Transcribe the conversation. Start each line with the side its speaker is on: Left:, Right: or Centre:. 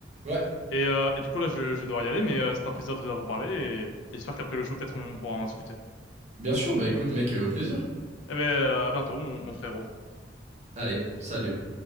Right: Ouais.
Left: Et, euh, et du coup, là, je, je vais devoir y aller, mais euh, c'est un plaisir de vous avoir parlé et j'espère qu'après le show, peut-être, on pourra en discuter.
Right: Bien sûr, bah écoute, mec, euh, au plaisir.
Left: Eh ben, euh, à bientôt, mon mon frérot.
Right: Allez, salut.